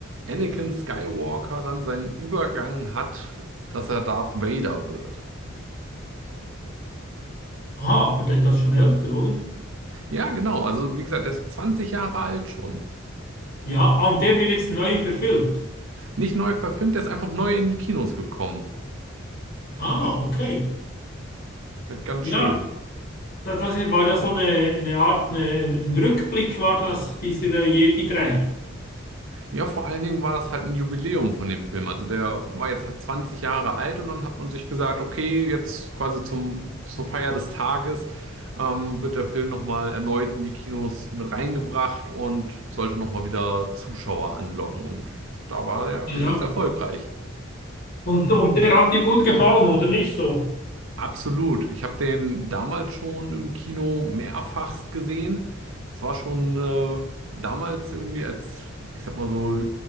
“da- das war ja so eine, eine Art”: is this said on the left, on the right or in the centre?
Left